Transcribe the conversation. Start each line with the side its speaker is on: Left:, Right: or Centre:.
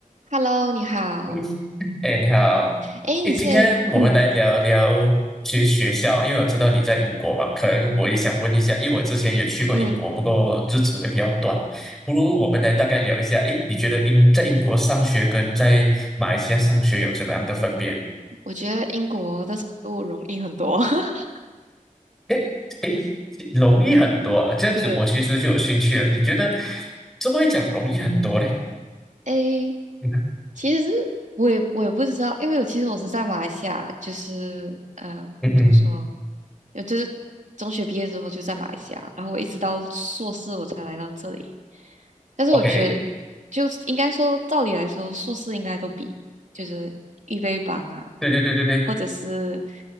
Right: Hello，你好。
Centre: <laughs> 嗯，哎，你好，
Right: 哎，
Centre: 哎，
Right: 你现在，
Centre: 今天我们来聊聊去学校，
Right: 嗯
Centre: 因为我知道你在英国嘛，可能我也想问一下，因为我之前也去过英国，
Right: 嗯，
Centre: 不过日子会比较短，不如我们来大概聊一下，哎，你觉得英在英国上学跟在马来西亚上学有怎么样的分别？
Right: 我觉得英国的程度容易很多。<laughs>
Centre: 哎哎，容易很多啊，这样子我其实就有兴趣了，
Right: 对，
Centre: 你觉得怎么会讲容易很多呢？
Right: 哎，
Centre: 嗯
Right: 其实我也我也不知道，因为我其实我是在马来西亚，就是嗯、呃怎么说，
Centre: 嗯哼
Right: 呃就是中学毕业之后就在马来西亚，然后我一直到硕士我才来到这里。但是我觉得，
Centre: ，OK，
Right: 就是应该说，照理来说，硕士应该都比就是预备班啊，
Centre: 对对对对对。
Right: 或者是。